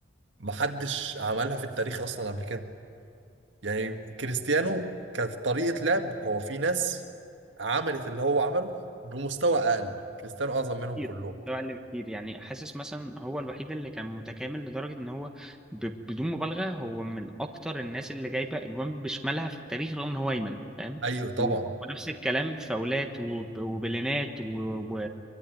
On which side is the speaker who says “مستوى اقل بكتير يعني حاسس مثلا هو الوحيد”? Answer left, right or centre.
Centre